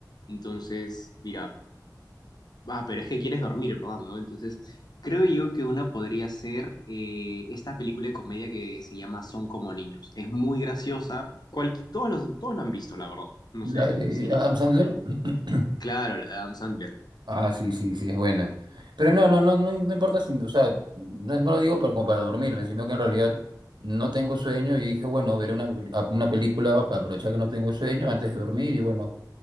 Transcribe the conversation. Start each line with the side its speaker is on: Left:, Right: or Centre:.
Left: Entonces, mira, ah, pero es que quieres dormir, ¿verdad? ¿No? Entonces, creo yo que una podría ser eh, esta película de comedia que se llama Son como niños. Es muy graciosa. Cual, todos los, todos lo han visto, la verdad. No
Right: la
Left: sé,
Right: de
Left: sí,
Right: Adam Sandler. <clears throat>
Left: claro, la de Adam Sandler.
Right: Ah, sí, sí, sí, es buena. Pero no, no, no, no, no importa si, o sea, no, no lo digo para, como para dormirme, sino que en realidad no tengo sueño y dije, bueno, veré una, una película para aprovechar que no tengo sueño antes de dormir y bueno.